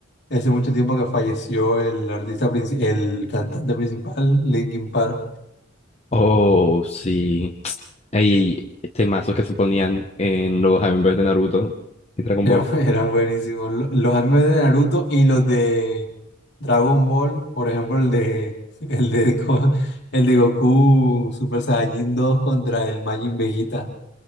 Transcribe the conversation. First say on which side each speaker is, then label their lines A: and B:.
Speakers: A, on the left; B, on the left.
A: hace mucho tiempo que falleció el artista, princi- el cantante principal, Linkin Park.
B: Oh, sí. <tsk> Hay temazos que se ponían en los Avengers de Naruto y Dragon
A: Era-
B: Ball.
A: <laughs> Eran, buenísimos. Lo- Los animes de Naruto y los de Dragon Ball, por ejemplo, el de, <laughs> el de, Go- el de Goku Super Saiyajin dos contra el Majin Vegeta.